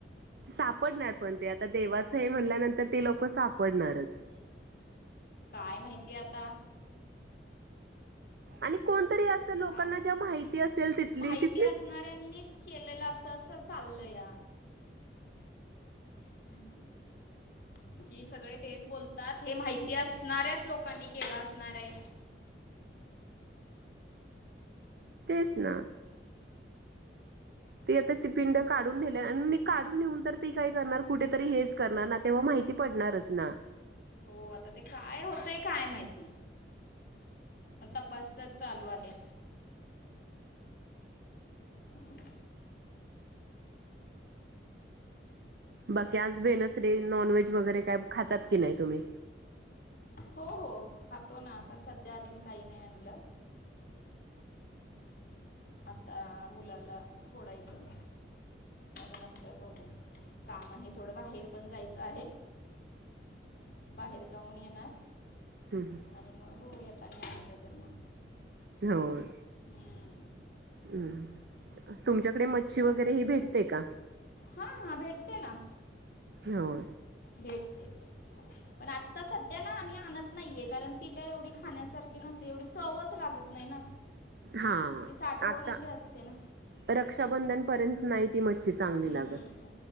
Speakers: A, on the right; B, on the left.
A: सापडणार, पण ते आता देवाचं हे म्हणल्यानंतर ते लोक सापडणारच.
B: काय माहिती आता?
A: आणि कोणतरी असं लोकांना
B: काय होत
A: ज्या माहिती असेल तिथली,
B: माहिती
A: तिथलीच
B: असणाऱ्यांनीच केलेलं असं अस चाललया. हम्म <inaudible> की सगळे तेच बोलतात हे माहिती असणाऱ्याच लोकांनी केला असणार आहे.
A: तेच ना. ती आता ती पिंड काढून नेले आणि काढून नेऊन तर ती काय करणार कुठेतरी हेच करणार तेव्हा माहिती पडणारच ना.
B: हो आता ते काय होतंय काय माहिती पण तपास तर चालू आहे. हम्म.
A: बाकी आज वेणजडे नॉनव्हेज वगैरे काय खातात की नाही तुम्ही?
B: हो हो खातो ना पण सध्या अजून काही नाही आणलं. आता मुलाला सोडायचं मी नंतर बघू. काम आहे थोडं बाहेर पण जायचं आहे. बाहेर जाऊन येणार.
A: हम्म, हम्म.
B: आणि मग बघु येतानी आणलं तर मग.
A: होय.
B: हम्म.
A: हम्म तुमच्याकडे मच्छी वगैरे ह भेटते का?
B: हा हा भेटते ना
A: हो
B: भेटते. पण आता सध्या आता आम्ही आणत नाहीये कारण ती काय एवढी खाण्यासारखी नसते एवढी चवच लागत नाहीना.
A: हा
B: ते साठवणीचे
A: आता
B: असतेना.
A: रक्षाबंधन पर्यंत नाही ती मच्छ चांगली
B: हम्म
A: लागत.